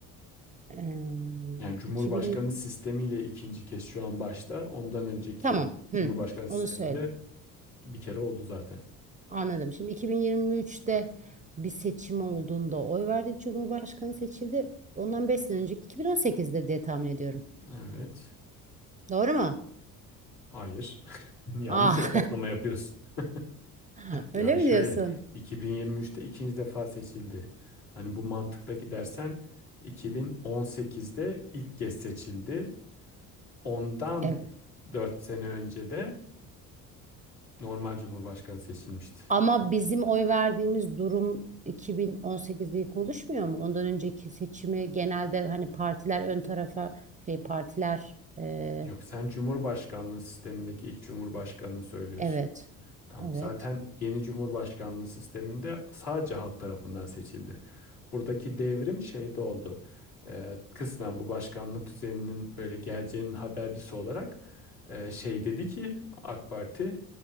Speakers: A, on the right; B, on the left.
A: Eee
B: Yani Cumhurbaşkanı
A: 2000
B: sistemiyle ikinci kez şu an başta. Ondan önceki
A: tamam.
B: Cumhurbaşkanı
A: Hı.
B: sisteminde
A: Onu söyle.
B: bir kere oldu zaten.
A: Anladım. Şimdi 2023'te bir seçim olduğunda oy verdik. Cumhurbaşkanı seçildi. Ondan 5 sene önceki 2018'dir diye tahmin ediyorum.
B: Evet.
A: Doğru mu?
B: Hayır. <laughs> Yanlış
A: Ah.
B: hesaplama yapıyorsun. <laughs>
A: <laughs>
B: Ya
A: Öyle
B: şöyle
A: mi diyorsun?
B: 2023'te ikinci defa seçildi. Hani bu mantıkla gidersen 2018'de ilk kez seçildi. Ondan
A: Evet.
B: 4 sene önce de normal cumhurbaşkanı seçilmişti.
A: Ama bizim oy verdiğimiz durum 2018'de ilk oluşmuyor mu? Ondan önceki seçimi genelde hani partiler ön tarafa şey partiler eee,
B: Yok sen cumhurbaşkanlığı sistemindeki ilk cumhurbaşkanını söylüyorsun.
A: evet.
B: Tam
A: Evet.
B: zaten yeni cumhurbaşkanlığı sisteminde sadece halk tarafından seçildi. Buradaki devrim şeyde oldu. Ee, kısmen bu başkanlık düzeninin böyle geleceğinin habercisi olarak e, şey dedi ki AK Parti